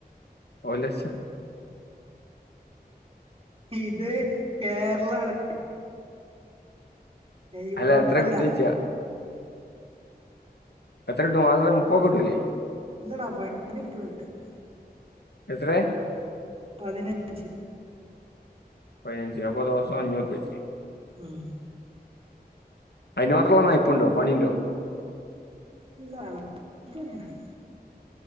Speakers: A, on the left; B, on the right.
A: ഒരുലക്ഷം
B: ഇത് കേരളാണ് യൂറോപ്പല്ല
A: അല്ല എത്ര കിട്ടൂന്നോയ്ച്ച എത്ര കിട്ടും മാസത്തി മുപ്പതൊക്കൊ കിട്ടൂല്ലേ
B: ഇല്ലടാ <unintelligible>
A: എത്രയാ
B: പതിനഞ്ച്
A: പതിനഞ്ച് അപ്പൊ ദിവസം അഞ്ഞൂറുപ്പ്യ വെച്ച്
B: ഉം
A: അയ്ന് മാത്രൊള്ള നയിപ്പുണ്ടോ പണീണ്ടൊ
B: ഇല്ല <inaudible>